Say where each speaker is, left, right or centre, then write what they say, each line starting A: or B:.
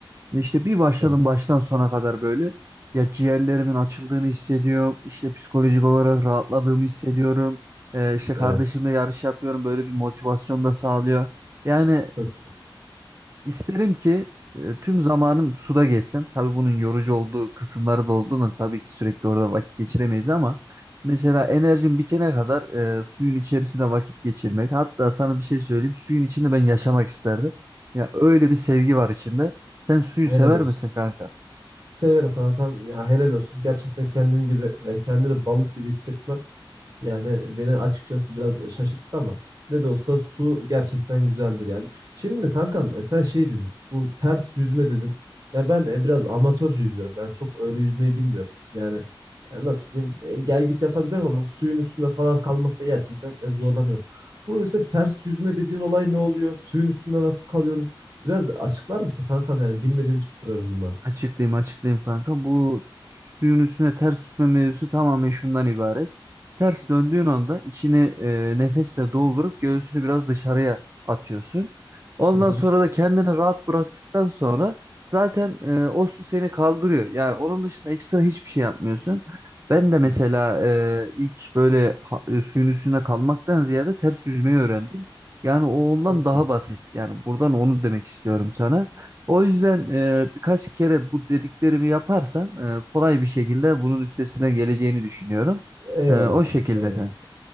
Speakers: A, on the right; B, on the right.
A: Ya İşte bir başladım
B: Evet,
A: baştan sona kadar böyle. Ya ciğerlerimin açıldığını hissediyorum. İşte psikolojik olarak rahatladığımı hissediyorum. Ee, işte kardeşimle
B: evet.
A: yarış yapıyorum. Böyle bir motivasyon da sağlıyor. Yani
B: Çok güzel.
A: İsterim ki e, tüm zamanım suda geçsin. Tabii bunun yorucu olduğu kısımları da olduğunu tabii ki sürekli orada vakit geçiremeyiz ama mesela enerjim bitene kadar e, suyun içerisinde vakit geçirmek. Hatta sana bir şey söyleyeyim. Suyun içinde ben yaşamak isterdim. Ya öyle bir sevgi var içimde. Sen suyu
B: Helal
A: sever
B: olsun.
A: misin kanka?
B: Severim kankam. Ya helal olsun. Gerçekten kendin gibi e, kendini balık gibi hissetmen Yani beni açıkçası biraz şaşırttı ama ne de olsa su gerçekten güzeldir yani. Şimdi kankam e, sen şey dedin bu ters yüzme dedin. Ya ben e, biraz amatörce yüzüyorum. Yani çok öyle yüzmeyi bilmiyorum. Yani e, nasıl diyeyim e, gel git yapabilirim ama suyun üstünde falan kalmakta gerçekten e, zorlanıyorum. Bu ise ters yüzme dediğin olay ne oluyor? Suyun üstünde nasıl kalıyoruz? Biraz açıklar mısın kankam yani bilmediğim için soruyorum bunları.
A: Açıklayayım açıklayayım kanka. Bu suyun üstüne ters süzme mevzusu tamamen şundan ibaret. Ters döndüğün anda içini e, nefesle doldurup göğsünü biraz dışarıya atıyorsun. Ondan
B: Hı hı.
A: sonra da kendini rahat bıraktıktan sonra zaten e, o su seni kaldırıyor. Yani onun dışında ekstra hiçbir şey yapmıyorsun. Ben de mesela
B: Hı.
A: e, ilk böyle ha- e, suyun üstüne kalmaktan ziyade ters yüzmeyi öğrendim. Yani o ondan
B: Çok
A: daha
B: güzel.
A: basit. Yani buradan onu demek istiyorum sana. O yüzden e, birkaç kere bu dediklerimi yaparsan e, kolay bir şekilde bunun üstesinden geleceğini düşünüyorum.
B: Eyvallah
A: E, o
B: kankam
A: şekilde
B: eyvallah.
A: kanka.